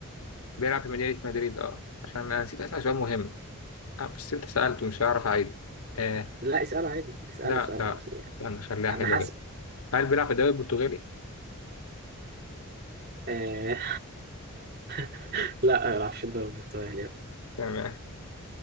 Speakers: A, on the left; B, on the right.
A: بيلعب في مدينة مدريد اه عشان انا نسيت اسأل سؤال مهم اه بس انت سألته مش هعرف اعيد آه
B: لا اساله عادي اساله
A: لا
B: اساله
A: لا
B: اساله يعني
A: استنى خليها
B: انا
A: حلوة
B: حاسس
A: كده هل بيلعب في الدوري البرتغالي؟
B: آه. <laughs> لا ما بيلعبش في الدوري البرتغالي لا.
A: تمام